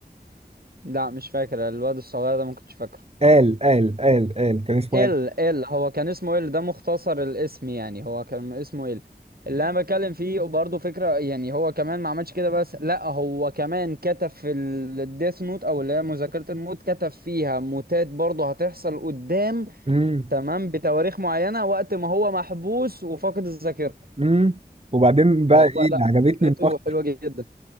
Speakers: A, on the right (about 65°); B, on the right (about 40°).
A: لا مش فاكر الواد الصغير ده ما كنتش فاكره
B: قال قال قال قال كان اسمه
A: ال
B: قال
A: ال هو كان اسمه ال ده مختصر الاسم يعني هو كان اسمه ال اللي انا بتكلم فيه برضه فكره يعني هو كمان ما عملش كده بس لا هو كمان كتب في الديث نوت او اللي هي مذاكره الموت كتب فيها موتات برضه هتحصل قدام
B: امم
A: تمام بتواريخ معينه وقت ما هو محبوس وفاقد الذاكره
B: امم وبعدين بقى
A: فهو
B: ايه
A: لا
B: اللي عجبتني
A: فكرته
B: ان هو
A: حلوه جدا